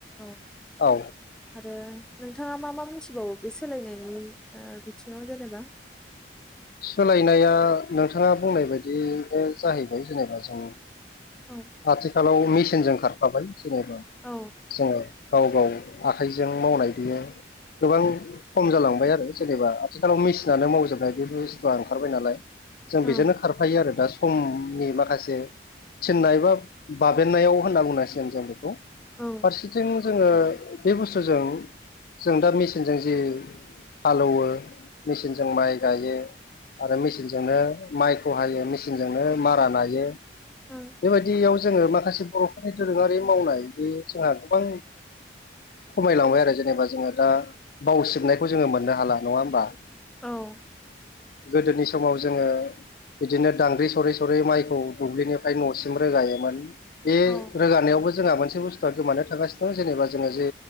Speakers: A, in the centre; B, on the left (about 50°).
A: औ
B: औ
A: आरो नोंथाङा मा मा मिथिबावो बे सोलायनायनि ओ बिथिङाव जेनेबा?
B: सोलायनाया नोंथाङा बुंनाय बायदिनो जाहैबाय जेनेबा जों
A: औ
B: आथिखालाव मेसिनजों खारफाबाय जेनेबा
A: औ
B: जोङो, गाव गाव आखाइजों मावनाय बियो। गोबां खम जालांबाय आरो जेनेबा आथिखालाव मेचिनानो मावजोबनाय। बे बुस्थुआ ओंखारबाय नालाय जों
A: औ
B: बेजोंनो खारफायो आरो दा सम, दिनै माखासे थिननाय बा बाबेननायाव होनना बुंनांसिगोन जों बेखौ,
A: औ
B: फारसेथिं जोङो बे बुस्थुजों जों दा मेचिनजों जि हालेवो मेचिनजों माइ गायो आरो मेचिनजोंनो माइखौ हायो मेचिनजोंनो मारा नायो,
A: औ
B: बेबायदियाव जोङो माखासे बर'फोरनि दोरोङारि मावनाय बे जोंहा गोबां, खमायलांबाय आरो जेनेबा जोङो दा बावसिबनायखौ जोङो मोननो हाला नङा होमबा,
A: औ
B: गोदोनि समाव जोङो, बिदिनो दांग्रि सरै सरै माइखौ दुब्लिनिफ्राय न'सिम रोगायोमोन बे
A: औ
B: रोगानायावबो जोंहा मोनसे बुस्थुआ गोमानो थागासिनो दं जेनेबा, जोङो जे